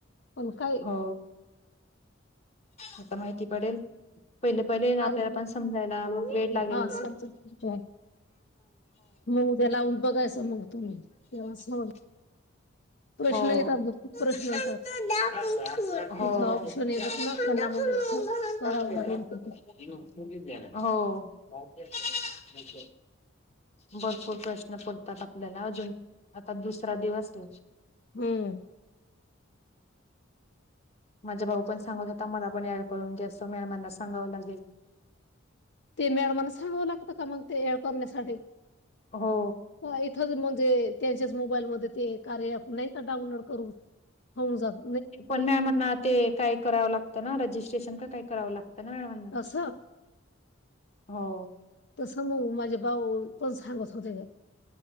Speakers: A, on the left (about 60°); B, on the left (about 30°).
A: पण काय
B: हो आता काही ती पडेल. पहिले पहिले ना
A: आलं.
B: आपल्याला पण समजायला वेळ लागेल
A: हा समजत. मग उद्या लावून बघायचं मग तुम्ही तेव्हा समज
B: <unintelligible> हो
A: प्रश्न येतात ग खूप प्रश्न येतात
B: -हो
A: तिथं ऑप्शन येतात
B: -हो.
A: ना त्यांना मग स- करावं लागत
B: रिकामा ऑडिओ भरपूर प्रश्न पडतात आपल्याला अजून आता दुसरा दिवस हाय.
A: हम्म
B: माझ्या भाऊ पण सांगत होता मला- कोणी ऍड करून घ्याच मॅडमांना सांगावं लागेल.
A: ते मॅडमांना सांगावं लागतं का मग ते ऍड करण्यासाठी.
B: हो
A: का म्हणजे त्यांच्या मोबाईल मध्ये कार्य ॲप नाही का डाउनलोड करून. हो सग
B: ते पण मॅ म्हणणा ते काय करावं लागतं ना रजिस्ट्रेशन का काय कराव ला न म्ह
A: असं
B: हो
A: तसं मग माझ्या बाऊ पण सांगत होते